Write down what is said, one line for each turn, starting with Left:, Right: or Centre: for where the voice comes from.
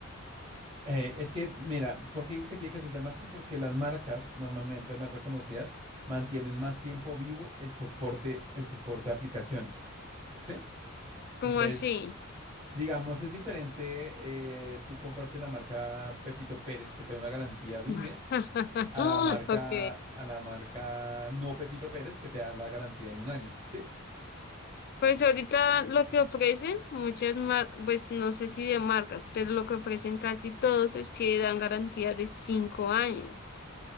Right: Eh, es que, mira, ¿por qué digo que tiene que ser de marca? Porque las marcas normalmente más reconocidas mantienen más tiempo vivo el soporte, el soporte de aplicaciones, ¿sí?
Left: como
Right: Entonces,
Left: así.
Right: digamos, es diferente eh, tú comprarte la marca Pepito Pérez, que te da una garantía de
Left: <laughs>
Right: un mes, a la marca,
Left: Ok.
Right: a la marca no Pepito Pérez, que te da la garantía de un año, ¿sí?
Left: Pues ahorita lo que ofrecen muchas marcas, pues no sé si de marcas, pero lo que ofrecen casi todos es que dan garantía de cinco años.